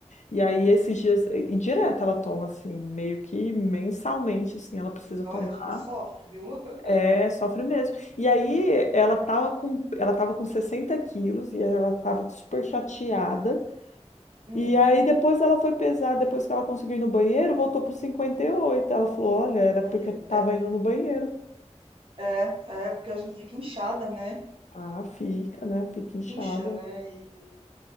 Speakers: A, on the left; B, on the right.
A: E aí,
B: Uhum.
A: esses dias, e direto ela toma, assim, meio que mensalmente, assim, ela precisa tomar.
B: Olha, a gente sofre, viu? <laughs>
A: É, sofre mesmo. E aí, ela tava com, ela tava com 60 quilos e ela tava super chateada.
B: Hum,
A: E aí, depois ela foi pesar, depois que ela conseguiu ir no banheiro, voltou para cinquenta e oito Ela falou: Olha, era porque
B: aí.
A: eu não tava indo no banheiro.
B: É, é porque a gente fica inchada, né?
A: Ah, fica, né? Fica inchada.
B: incha, né? E,